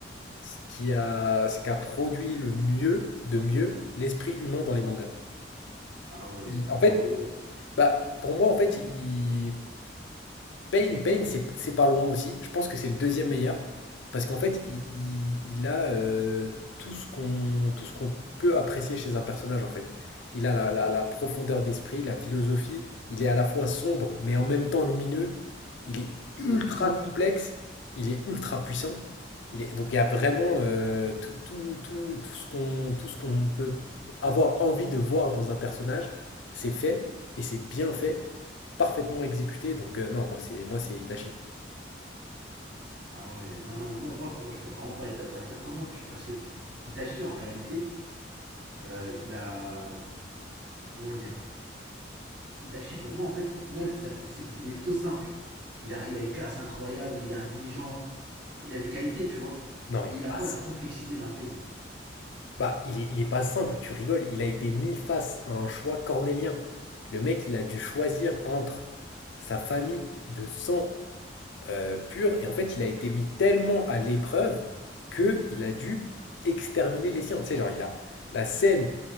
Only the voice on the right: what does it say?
Ah ouais,
non,
c'est
gros. Hein.
Il est puissant.
Ah ouais, non, non, mais moi, moi, pour moi, je peux vraiment pas être d'accord avec ça. Comment tu. Parce que Itachi, en réalité, euh, il a. Comment dire I- Itachi, pour moi, en fait, au final, ça- c'est- il est plutôt simple. Il a, il a une classe incroyable, il est intelligent, il a des qualités, tu vois.
Mais
il
a pas la complexité d'un Pain.